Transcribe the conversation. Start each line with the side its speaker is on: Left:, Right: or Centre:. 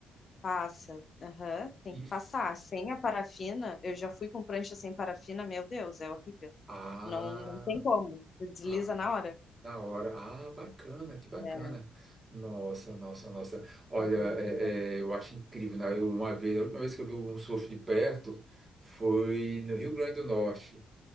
Left: Passa. Aham. Tem
Right: E,
Left: que
Right: f-
Left: passar. Sem a parafina, eu já fui com prancha sem parafina, meu Deus, é horrível.
Right: ah,
Left: Não, não tem como. Desliza
Right: ah,
Left: na hora.
Right: da hora. Ah, bacana, que bacana.
Left: É,
Right: Nossa, nossa, nossa. Olha,
Left: mas é muito
Right: é,
Left: legal.
Right: é, eu acho incrível, né? Eu, uma vez, a última vez que eu vi um surf de perto foi no Rio Grande do Norte.